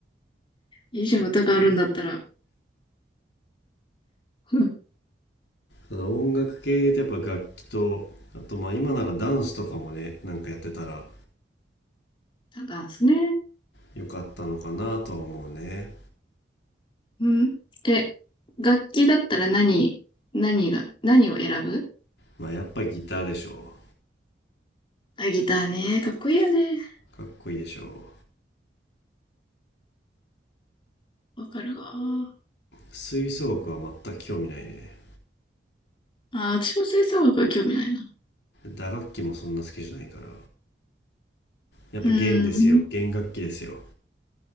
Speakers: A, on the left; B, on the left.
A: いいじゃん、歌があるんだったら。うん
B: ただ音楽系で言うとやっぱ楽器とあとまあ今ならダンスとかもねなんかやってたら
A: なんか、すね。
B: よかったのかなとは思うね
A: うん。え、楽器だったら何、何が、何を選ぶ
B: まあやっぱりギターでしょ
A: あ、ギターね。かっこいいよね。
B: かっこいいでしょ
A: わかるわ。
B: 吹奏楽は全く興味ないね。
A: あ、私も吹奏楽は興味ないな。
B: 打楽器もそんな好きじゃないから。やっぱ弦ですよ。
A: うーん。
B: 弦楽器ですよ。